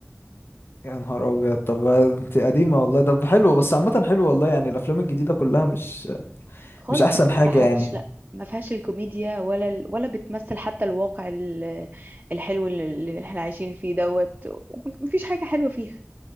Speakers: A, on the left (about 60°); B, on the right (about 30°).
A: يا نهار ابيض طب انت قديمه والله طب حلو بس عامه حلو والله يعني الافلام الجديده كلها مش
B: <laughs> خالص
A: مش احسن
B: ما بيضحكش
A: حاجة يعني
B: لا ما فيهاش الكوميديا ولا ال... ولا بتمثل حتى الواقع ال... الحلو اللي اللي احنا عايشين فيه دوت مفيش حاجة حلوة فيها